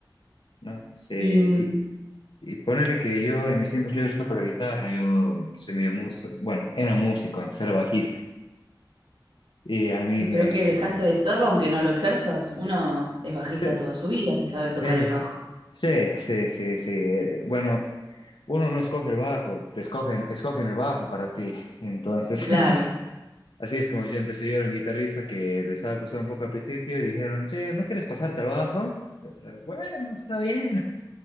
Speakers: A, on the left; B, on the right.
A: ¿no? Sí,
B: Y, mm,
A: Y ponerle que yo en mis tiempos libres toco la guitarra, yo soy medio músico, bueno, era músico, antes era bajista. Y a mí
B: y
A: me...
B: pero que dejaste de serlo aunque no lo ejerzas. Uno es bajista
A: Sí,
B: toda su vida si sabe tocar
A: eh,
B: el bajo.
A: sí, sí, sí, sí. Bueno, uno no escoge el bajo, te escogen, escogen el bajo para ti. Entonces,
B: Claro,
A: <laughs> así es como yo empecé. Yo era un guitarrista que le estaba costando un poco al principio y dijeron, che, ¿no quieres pasarte al bajo? Y yo era, bueno, está bien.